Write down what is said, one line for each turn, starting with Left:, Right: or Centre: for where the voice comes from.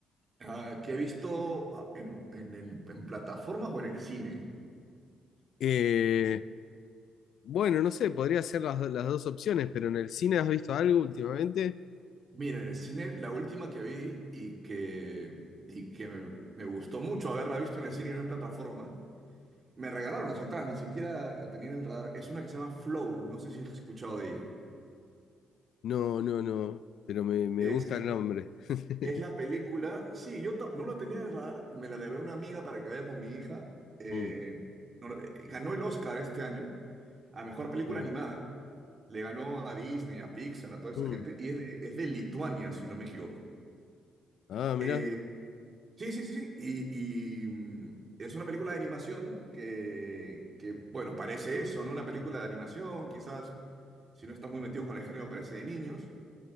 Right: Ah, ¿qué he visto ah, en, en el- en plataformas o en el cine?
Left: Eh, bueno, no sé, podría ser las, do- las dos opciones, pero en el cine has visto algo últimamente.
Right: Mira, en el cine la última que vi y que, y que me, me gustó mucho haberla visto en el cine y no en plataforma, me regalaron las entradas, ni siquiera la tenía en el radar. Es una que se llama Flow, no sé si has escuchado de ella.
Left: No, no, no, pero me, me
Right: Es,
Left: gusta el nombre. <laughs>
Right: es la película, sí, yo ta- no la tenía en el radar, me la regaló una amiga para que vaya con mi hija. eh,
Left: Mm,
Right: no- eh, ganó el Oscar este año a mejor película
Left: sí.
Right: animada. Le ganó a Disney, a Pixar, a toda esa
Left: Mm.
Right: gente. Y es de, es de Lituania, si no me equivoco.
Left: Ah, mirá.
Right: Eh, sí, sí, sí, sí. Y, y, mm, es una película de animación que, que, bueno, parece eso, ¿no? Una película de animación, quizás, si no estás muy metido con el género, parece de niños.